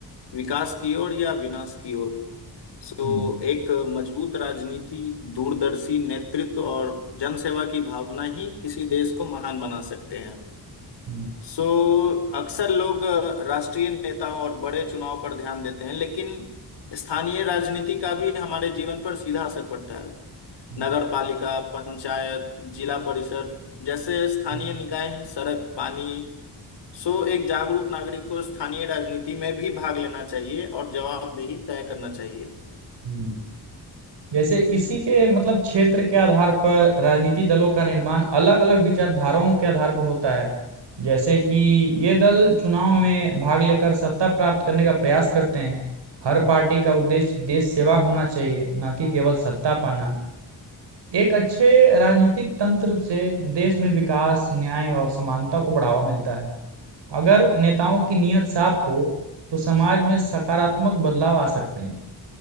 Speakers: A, on the left; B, on the right.
A: विकास की ओर या विनाश की ओर सो
B: हम्म
A: एक मजबूत राजनीति दूरदर्शी नेतृत्व और जनसेवा की भावना ही किसी देश को महान बना सकते हैं
B: हम्म,
A: सो अक्सर लोग अ, राष्ट्रीय नेताओं और बड़े चुनाव पर ध्यान देते हैं लेकिन स्थानीय राजनीति का भी हमारे जीवन पर सीधा असर पड़ता है
B: हम्म,
A: नगर पालिका पंचायत जिला परिषद जैसे स्थानीय
B: हम्म,
A: निकाय हैं सड़क पानी सो एक जागरूक नागरिक को स्थानीय राजनीति में भी भाग लेना चाहिए और जवाबदेही तय करना चाहिए
B: हम्म। जैसे इसी के मतलब क्षेत्र के आधार पर राजनीति दलों का निर्माण अलग अलग विचारधाराओं के आधार पर होता है जैसे कि ये दल चुनाव में भाग लेकर सत्ता प्राप्त करने का प्रयास करते हैं हर पार्टी का उद्देश्य देश सेवा होना चाहिए ना कि केवल सत्ता पाना एक अच्छे राजनीतिक तंत्र से देश में विकास न्याय और समानता को बढ़ावा मिलता है अगर नेताओं की नीयत साफ हो तो समाज में सकारात्मक बदलाव आ सकते हैं